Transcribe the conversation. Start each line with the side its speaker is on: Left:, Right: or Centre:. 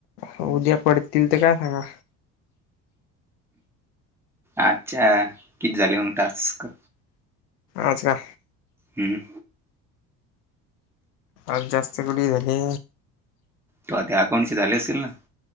Left: हो उद्या पडतील ते काय सांगा
Centre: अच्छा किती झाले मग टास्क?
Left: अच्छा
Centre: हम्म
Left: आज जास्त कुठी झाले.
Centre: तूह्या त्या अकाउंट चे झाले असतील ना